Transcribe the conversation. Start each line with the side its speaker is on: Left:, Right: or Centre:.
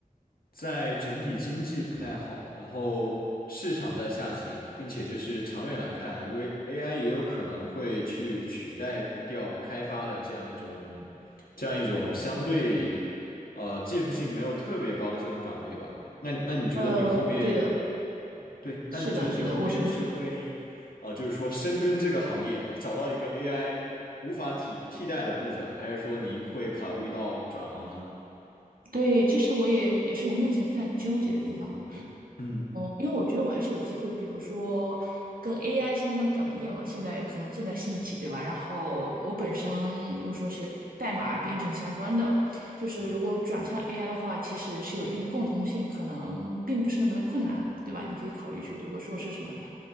Left: 在整体经济不太好，然后市场在下行，并且就是长远来看，微 AI 也有可能会去取代掉开发的这样一种这样一种相对呃技术性没有特别高的这种岗位吧？那那你觉得你后面
Right: 呃，对的，
Left: 对，
Right: 是的，
Left: 那你觉得你后面是会呃就是说深耕这个行业，
Right: 是的，我甚至觉得，
Left: 找到一个 AI 无法替替代的部分，还是说你会考虑到转行呢？
Right: 对，这是我也也是我目前非常纠结的地方。
Left: 嗯，
Right: 因为我觉得我还是有机会，比如说跟 AI 相关的岗业嘛，现在可能正在兴起，对吧？然后我本身如果说学代码编程相关的，就是如果转向 AI 的话，其实是有一定的共同性，可能并不是那么的困难，对吧？你可以考虑去读个硕士什么的，